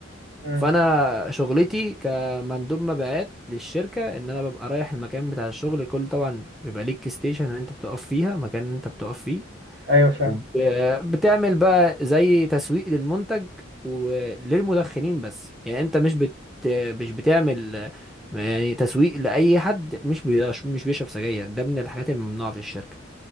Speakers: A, on the right (about 60°); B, in the centre.
A: مم.
B: فأنا شغلتي كمندوب مبيعات للشركة إن أنا ببقى رايح المكان بتاع الشغل كل طبعا بيبقى ليك ستيشن إن أنت بتقف فيها مكان إن أنت بتقف فيه
A: ايوه فاهم
B: وبتعمل بقى زي تسويق للمنتج وللمدخنين بس يعني انت مش بت مش بتعمل آه، يعني تسويق لأي حد مش بيش- مش بيشرب سجاير ده من الحاجات الممنوعة في الشركة